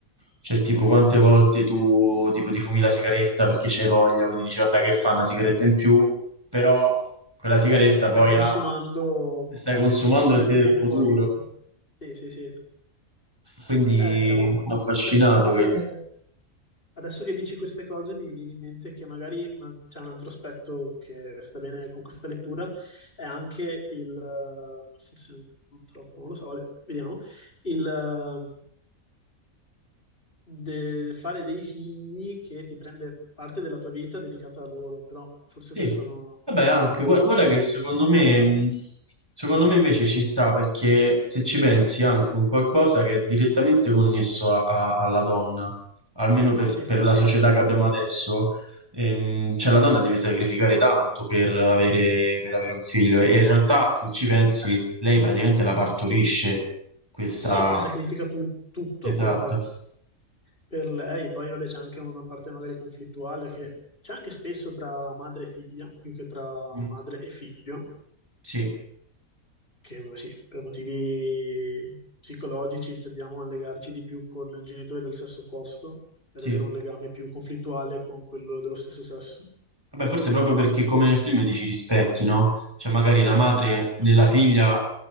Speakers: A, on the right (about 15°); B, on the left (about 40°).
A: Cioè, tipo,
B: Ok,
A: quante volte tu tipo, ti fumi la sigaretta perché c'hai voglia, quindi dici, vabbè, che fa una sigaretta in più, però quella sigaretta
B: stai
A: poi
B: consumando,
A: ah, stai consumando
B: stai prendendo
A: il tè del
B: tempo
A: futuro.
B: al... Sì, sì, sì.
A: Quindi
B: Eh, cavolo, ma
A: mi ha affascinato.
B: sai, anche...
A: que-
B: Adesso che dici queste cose mi viene in mente che magari ma- c'è un altro aspetto che sta bene con questa lettura, è anche il, eh, forse non troppo, non lo so, vabbè, vediamo, il eh, de- fare dei figli che ti prende parte della tua vita dedicata a loro, però forse
A: Sì,
B: questo no-
A: vabbè,
B: non
A: anche
B: è troppo
A: gua- guarda, che secondo me,
B: parte.
A: mh, secondo me invece ci sta perché se ci pensi è anche un qualcosa che è direttamente connesso a- a- alla donna, almeno per,
B: Sì,
A: per la società che abbiamo adesso, ehm, cioè la donna deve sacrificare tanto per avere, per avere un figlio e, e in realtà se ci pensi
B: sì,
A: lei praticamente la partorisce, questa...
B: sì, sacrifica tu- tutto
A: Esatto,
B: per, per lei, poi vabbè c'è anche una parte magari conflittuale che c'è anche spesso tra madre e figlia, più che tra
A: Mm,
B: madre e figlio,
A: sì,
B: che eh, sì, per motivi psicologici tendiamo a legarci di più con il genitore del sesso opposto ad
A: sì.
B: avere un legame più conflittuale con quello dello stesso sesso.
A: Vabbè, forse proprio perché come nel film dici rispecchi, no? Cioè magari la
B: Ah,
A: madre nella
B: anche.
A: figlia